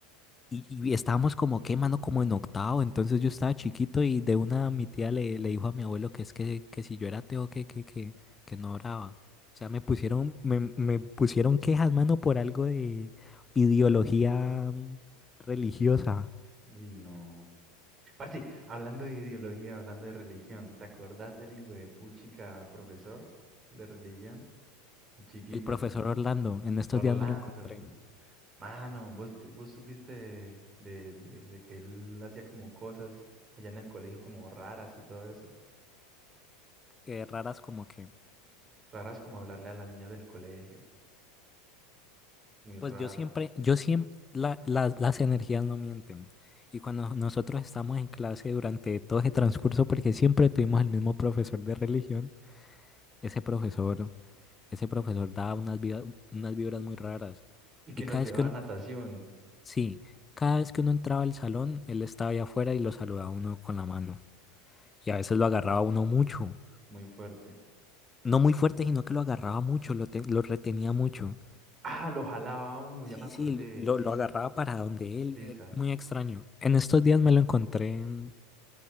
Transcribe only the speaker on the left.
Y, y estábamos como que, mano, como en octavo, entonces yo estaba chiquito y de una mi tía le, le dijo a mi abuelo que es que, que si yo era ateo, que, que, que, que no oraba. O sea, me pusieron, me, me pusieron quejas, mano, por algo de ideología mm, religiosa.
El profesor Orlando, en estos
días me lo encontré.
eh, raras como que.
Pues yo siempre, yo siempre, las energías no mienten. Y cuando nosotros estamos en clase durante todo ese transcurso, porque siempre tuvimos el mismo profesor de religión, Ese profesor, ese profesor daba unas vibras, unas vibras muy raras.
Y cada
vez que un-
sí, cada vez que uno entraba al salón, él estaba allá afuera y lo saludaba a uno con la mano. Y a veces lo agarraba a uno mucho.
No muy fuerte, sino que lo agarraba mucho, lo, te- lo retenía mucho.
Sí,
sí, lo,
lo agarraba para donde él.
eh, Muy extraño. En estos días me lo encontré, en-